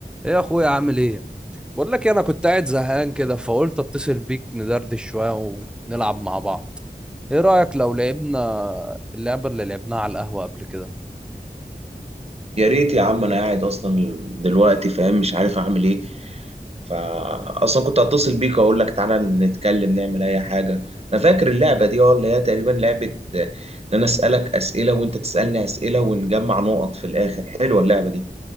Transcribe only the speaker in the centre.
ايه يا اخويا عامل ايه بقول لك إيه، انا كنت قاعد زهقان كده فقلت اتصل بيك ندردش شويه ونلعب مع بعض ايه رايك لو لعبنا اللعبه اللي لعبناها على القهوه قبل كده